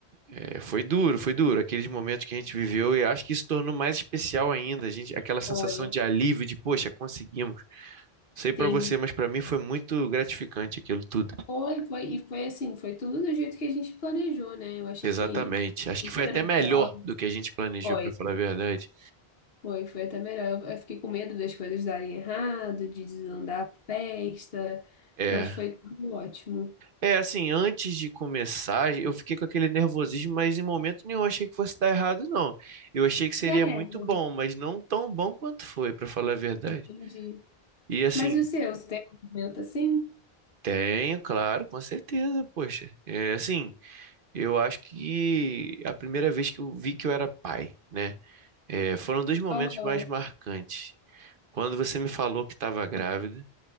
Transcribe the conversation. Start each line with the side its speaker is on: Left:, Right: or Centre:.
Right: É, foi duro, foi duro. Aqueles momentos que a gente viveu, e acho que isso tornou mais especial ainda, a gente, aquela sensação
Left: Foi.
Right: de alívio, de, poxa, conseguimos. Sei pra
Left: Sim.
Right: você, mas pra mim foi muito gratificante aquilo tudo.
Left: Foi, foi, e foi assim, foi tudo do jeito que a gente planejou, né? Eu achei
Right: Exatamente.
Left: que
Right: Acho
Left: esperando
Right: que foi até melhor
Left: pior.
Right: do que a gente planejou,
Left: Foi,
Right: pra falar a verdade.
Left: foi, foi até melhor. Eu, eu fiquei com medo das coisas darem errado, de desandar a festa,
Right: É.
Left: mas foi tudo ótimo.
Right: É, assim, antes de começar, eu fiquei com aquele nervosismo, mas em momento nenhum eu achei que fosse dar errado, não. Eu achei que seria
Left: Sério,
Right: muito bom, mas não tão bom quanto foi, pra falar a verdade.
Left: entendi.
Right: E assim,
Left: Mas e o seu, você tem um momento assim?
Right: tenho, claro, com certeza, poxa. É, assim, eu acho que a primeira vez que eu vi que eu era pai, né? É, foram dois momentos
Left: Aham,
Right: mais marcantes. Quando você me falou que estava grávida,